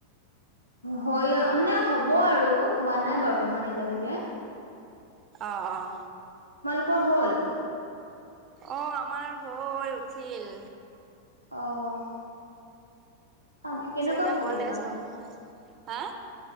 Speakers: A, on the right; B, on the right.
A: হৈ মানে হ'ব আৰু হোৱা নাই বৰ্তমান এতিয়ালৈকে।
B: অঁ অঁ!
A: তোমালোকৰ হল?
B: অঁ, আমাৰ হৈ উঠিল।
A: অহঁ! অ কেনেকুৱা
B: তাৰপিছত এতিয়া
A: হল
B: কলেজ
A: একজাম
B: বন্ধ হৈছে। হা